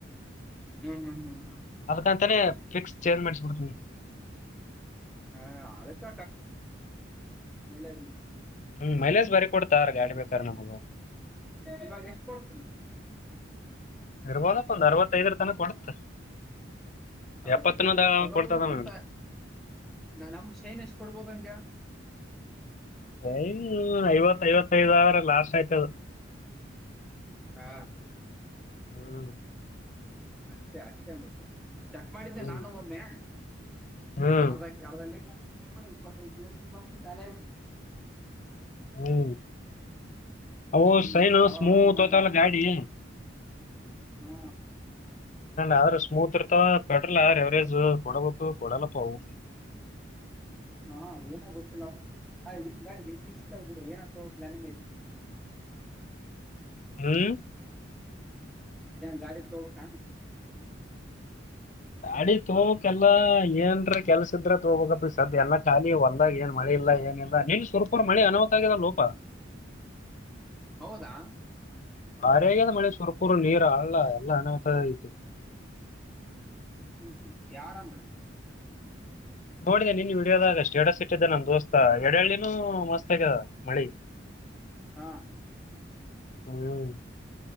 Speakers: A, in the centre; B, on the left.
A: ಹ್ಮ್ ಹ್ಮ್ ಹ್ಮ್ ಹ್ಮ್.
B: ಅದಕ್ಕಂತನೆ ಫಿಕ್ಸ್ ಚೈನ್ ಮಾಡಿಸಿ ಬಿಡ್ತೀನಿ.
A: ಹ ಅದಕ್ಕ. <unintelligible>
B: ಹ್ಮ್ ಮೈಲೇಜ್ ಬಾರಿ ಕೊಡ್ತಾರ ಗಾಡಿ ಬೇಕಾರೆ ನಮಗ.
A: ಇವಾಗ ಎಷ್ಟ ಕೊಡ್ತ.
B: ಇರ್ಬೋದ ಅಪ್ಪ ಒಂದು ಅರ್ವತ್ತೈಐದರ ತನಕ ಕೊಡುತ್ತೆ.
A: ಅರವತ್ತೈದು
B: ಎಪ್ಪತ್ತನ
A: ಚಲೋ
B: ಕೊಡ್ತದ
A: ಬಿಡು ನಮ್
B: ನನಗೆ
A: ನಮ್ದ ಸೈನ್ ಎಷ್ಟ ಕೊಡ್ಬೋದಂದ.
B: ಶೈನ್ ಐವತ್ ಐವತ್ತೈದಾವ್ರ ಲಾಸ್ಟ್ ಆಯ್ತದ.
A: ಹಾ
B: ಹ್ಮ್
A: ಅಷ್ಟೇ ಅಷ್ಟೇ ಮತ್ತ. ಚಕ್ ಮಾಡಿದ್ದೆ
B: ಹ್ಮ್
A: ನಾನು ಒಮ್ಮೆ
B: ಹ್ಮ್
A: ಇಪ್ಪ ಅರ್ಧ. ಅರ್ದ ಲೀಟರ್ ಹಾಕಿಸಿ ಇಪ್ಪತ್ತೈದು ಕಿಲೋಮೀಟರ್ ಬಂತು ಖಾಲಿ ಆಗಿ.
B: ಹ್ಮ್ ಅವು
A: ಹ್ಮ್
B: ಸೈನ್
A: ಮತ್ತೆ ಅವಾಗ
B: ಸ್ಮೂತ್
A: ಮತ್ತೆ ಇನ್ನೊಂದ್
B: ಹೊತಲ್ಲ
A: ಬಾಟ್
B: ಗಾಡಿ.
A: ಹಾ.
B: ಆದ್ರೂ ಸ್ಮೂತ್ ಇರ್ತವ ಪೆಟ್ರೋಲ್ ಯಾರವರೇಜ್ ಕೊಡಬೇಕು ಕೊಡಲ್ಲಪ್ಪವು..
A: ಹಾ ಏನ ಗೊತ್ತಿಲ್ಲಪ್... ಗಾಡಿ ನಿನ್ ಇ ಏನ್ ಪ್ಲಾನಿಂಗ್ ಐತ್.
B: ಹ್ಮ್
A: ಗಾಡಿ ತೋಗ ಬೇಕ.
B: ಗಾಡಿ ತೋಗಕ್ಕೆಲ್ಲಾ ಏನ್ರ ಕೆಲ್ಸ ಇದ್ರ ತಗಬೇಕಪ್ಪ ಸದ ಎಲ್ಲ ಖಾಲಿ ಒಂದಾಗ ಏನ್ ಮಳೆ ಇಲ್ಲ ಏನ ಇಲ್ಲ.. ನಿನ್ ಸ್ವಪೂರ ಮಳಿ ಅನಾಹತ ಆಗದಲ್ಲ ಲೋಪ.
A: ಹೌದಾ.
B: ಬಾರಿ ಆಗದ್ ಮಳೆ ಸುರ್ಕುರು ನೀರ್ ಅಲ್ಲಾ ಎಲ್ಲ ಅನಾವುತ ಐತಿ.
A: ಹ್ಮ್ ಹ್ಮ್ ಯಾರ ಅಂದ್ರ.
B: ನೋಡಿದೆ ನೀನ್ ವಿಡಿಯೋದಾಗ ಸೇಟಸ್ ಇಟ್ಟಿದ್ದೆ ನಮ್ಮ ದೋಸ್ತ ಎಡಳ್ಳಿನೂ ಮಸ್ತ್ ಆಗಿದೆ ಮಳಿ.
A: ಹಾ.......
B: ಹ್ಮ್